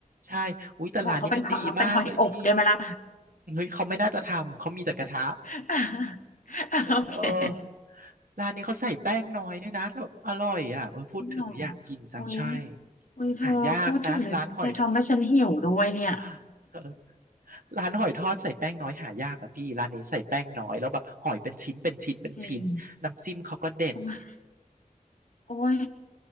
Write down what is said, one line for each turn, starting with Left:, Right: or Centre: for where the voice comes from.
Right: ใช่อุ้ยแต่ร้านนี้มันดีมากเลยพี่
Left: บอกเขาเป็นหอยเป็นหอยอบได้ไหมล่ะ
Right: เฮ้ยเขาไม่น่าจะทำเขามีแต่กระทะ
Left: <laughs> โอเค
Right: เออร้านนี้เขาใส่แป้งน้อยด้วยนะแล้วอร่อยอ่ะเออพูดถึงอยากกินจังใช่
Left: จริงเหรออุ้ยอุ้ยเธอพูดถึงเลยเธอทำให้ฉันหิวด้วยเนี่ย
Right: หายากนะร้านหอยทอด <laughs> เออร้านหอยทอดใส่แป้งน้อยหายากนะพี่ร้านนี้ใส่แป้งน้อยแล้วแบบหอยเป็นชิ้นเป็นชิ้นเป็นชิ้นน้ำจิ้มเขาก็เด็ด
Left: จริงโอ้ยโอ้ย